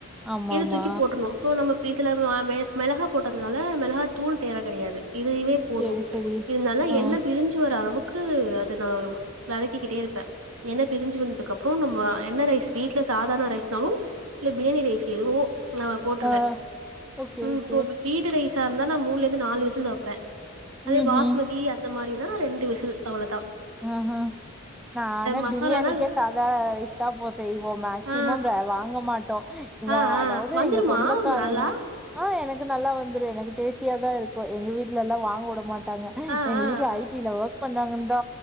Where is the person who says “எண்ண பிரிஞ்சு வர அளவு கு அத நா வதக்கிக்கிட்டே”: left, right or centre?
Right